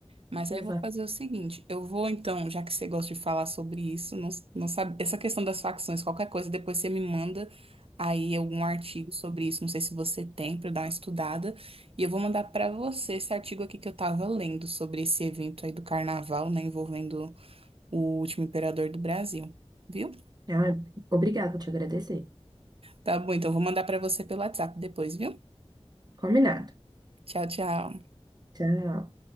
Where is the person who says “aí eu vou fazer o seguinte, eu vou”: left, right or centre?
Right